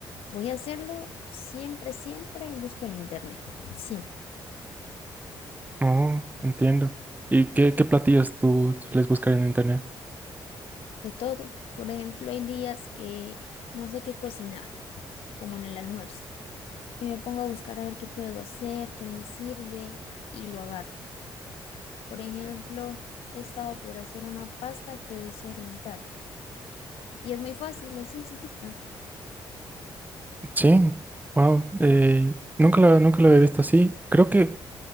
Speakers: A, on the left; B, on the right.
A: voy a hacerlo siempre, siempre busco en internet, siempre,
B: Oh, entiendo. ¿Y qué, qué platillos tú sueles buscar en internet?
A: de todo. Por ejemplo, hay días que no sé qué cocinar, como en el almuerzo, y me pongo a buscar a ver qué puedo hacer, qué me sirve y lo agarro. Por ejemplo, he estado por hacer una pasta que es oriental Y es muy fácil, es sencillita.
B: Sí, wow, nunca lo, nunca lo había visto así. Creo que